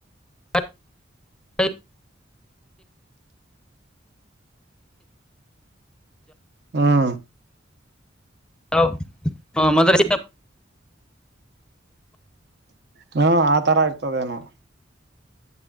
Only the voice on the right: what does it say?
ಹ್ಮಾ
ಹ್ಮ ಆ ತರ ಆಗ್ತದೇನು.